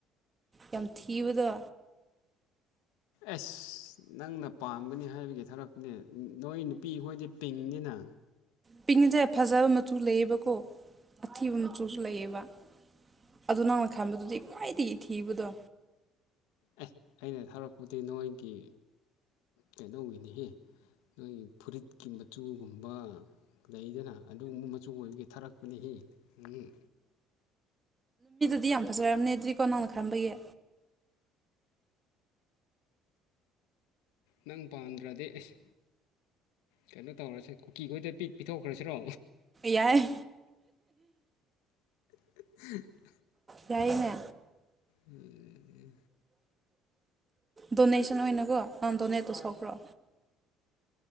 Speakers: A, on the right (about 25°); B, on the left (about 80°).
A: ꯌꯥꯝ ꯊꯤꯕꯗ
B: ꯑꯁ ꯅꯪꯅ ꯄꯥꯝꯒꯅꯤ ꯍꯥꯏꯕꯒꯤ ꯊꯔꯛꯄꯅꯦ ꯅꯣꯏ ꯅꯨꯄꯤꯈꯣꯏꯗꯤ ꯄꯤꯡꯁꯤꯅ
A: ꯄꯤꯡꯉꯁꯦ ꯐꯖꯕ ꯃꯆꯨ ꯂꯩꯌꯦꯕꯀꯣ ꯑꯊꯤꯕ ꯃꯆꯨꯁꯨ ꯂꯩꯑꯕ ꯑꯗꯨ ꯅꯪꯅ ꯈꯟꯕꯗꯨꯗꯤ ꯈ꯭ꯋꯥꯏꯗꯒꯤꯊꯤꯕꯗꯣ
B: ꯑꯦ ꯑꯩꯅ ꯊꯔꯛꯄꯨꯗꯤ ꯅꯣꯏꯒꯤ ꯀꯩꯅꯣꯒꯤꯅꯤꯍꯦ ꯅꯣꯏꯒꯤ ꯐꯨꯔꯤꯠꯀꯤ ꯃꯆꯨꯒꯨꯝꯕ ꯂꯩꯗꯅ ꯑꯗꯨꯒꯨꯝꯕ ꯃꯆꯨ ꯑꯣꯏꯕꯒꯤ ꯊꯥꯔꯛꯄꯅꯤ ꯍ ꯎꯝ
A: ꯑꯗꯨꯗꯤ ꯌꯥꯝ ꯐꯖꯔꯕꯅꯦ ꯑꯗꯨ꯭ꯔꯤꯀꯣ ꯅꯪꯅ ꯈꯔꯝꯕꯩꯌꯦ
B: ꯅꯪ ꯄꯥꯝꯗ꯭ꯔꯗꯤ ꯑꯩꯁ ꯀꯩꯅꯣ ꯇꯧꯔꯁꯦ ꯀꯨꯀꯤꯈꯣꯏꯗ ꯄꯤ ꯄꯤꯊꯣꯛꯈ꯭ꯔꯁꯤꯔꯣ
A: ꯌꯥꯏ
B: <unintelligible>
A: ꯌꯥꯏꯅ
B: ꯑꯦ
A: ꯗꯣꯅꯦꯁꯟ ꯑꯣꯏꯅꯀꯣ ꯅꯟ ꯗꯣꯅꯦꯠ ꯇꯧꯊꯣꯛꯈ꯭ꯔꯣ